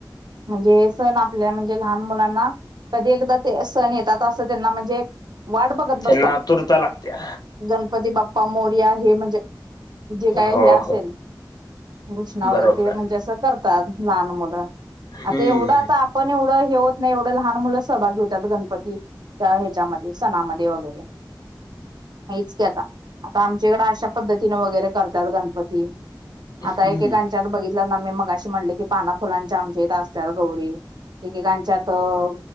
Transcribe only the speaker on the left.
त्यांना
आतुरता लागत्या
हो
हो
बरोबर
आहे
हम्म
हम्म